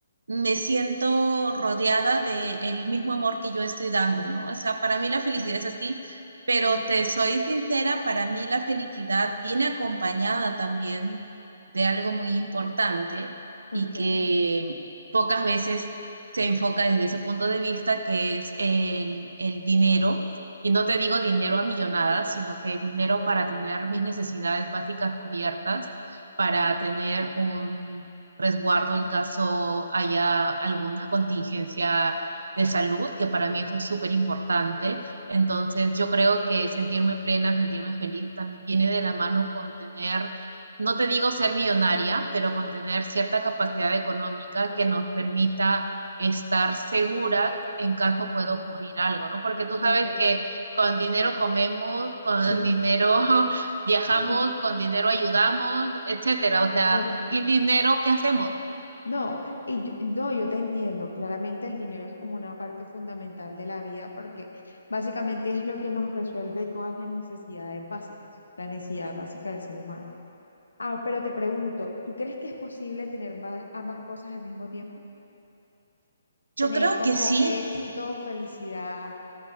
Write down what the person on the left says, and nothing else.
Ok,
ok,
ok,
sí,
sí,
total.
No, y yo- no, yo te entiendo, claramente el dinero es como una parte fundamental de la vida porque básicamente es lo que nos resuelve todas las necesidades básicas, la necesidad básica del ser humano. Ah, pero te pregunto, ¿tú crees que es posible tener ba- ambas cosas al mismo tiempo? Tener
como
éxito, felicidad